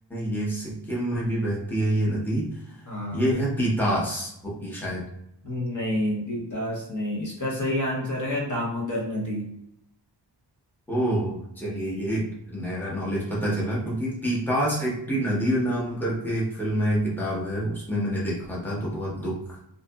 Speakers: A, in the centre; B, on the left (about 40°).
A: ये सिक्किम में भी बहती है ये नदी
B: हाँ
A: ये है तीतास होगी शायद
B: नहीं द्वितास नहीं इसका सही आंसर है दामोदर नदी
A: ओह चलिए ये एक नया नॉलेज पता चला क्योंकि तीतास एक टी नदी नाम करके एक फिल्म है किताब है उसमें मैंने देखा था तो बहुत दुख